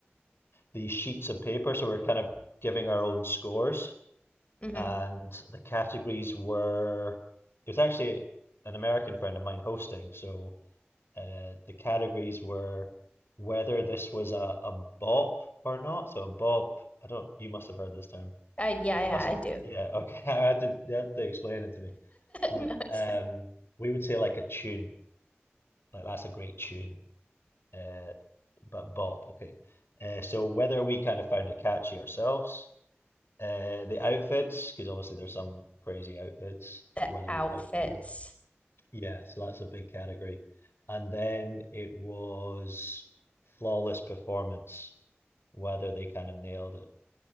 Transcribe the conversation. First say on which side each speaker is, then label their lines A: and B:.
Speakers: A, on the left; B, on the left.
A: these sheets of paper, so we we're kind of giving our own scores.
B: hmm
A: and the categories were it was actually an American friend of mine hosting, so uh, the categories were whether this was a, a bop or not. So a bop, I don't, you must have heard this term.
B: I yeah,
A: I wasn't,
B: yeah, I do.
A: fa- yeah, okay. <laughs> I had to, they had to explain it to me. But
B: <laughs> No, it's-
A: um, we would say like a tune, like that's a great tune, uh, but bop, okay. Uh, so whether we kind of found it catchy ourselves uh, the outfits, because obviously there's some crazy outfits,
B: The
A: whether
B: outfits.
A: we liked it or not. Yeah, so that's a big category. And then it was flawless performance, whether they kind of nailed it.